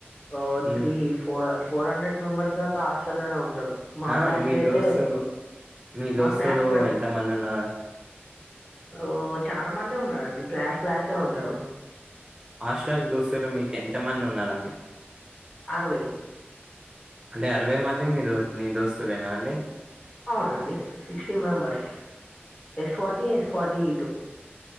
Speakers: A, on the left; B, on the right.
A: ఓ
B: ఉమ్,
A: three four four hundred members దాకా ఆశ్టల్లనే ఉంటారు మా
B: ఆ
A: క్లాస్‌లో
B: మీ
A: అయితే
B: దోస్తులు మీ దోస్తులు
A: మా క్లాస్‌లో
B: ఎంత మంది ఉన్నారా
A: ఓ చానా మందే ఉన్నారండి క్లాస్ క్లాసే ఉంటడు
B: ఆస్టల్ దూస్సులు మీకు ఎంతమంది ఉన్నారండి
A: అరవై
B: అంటే అరవై మంది మీ దోస్ మీ దోస్తులేనా అండి
A: అవునండి sixty members yes forty yes forty ఇటు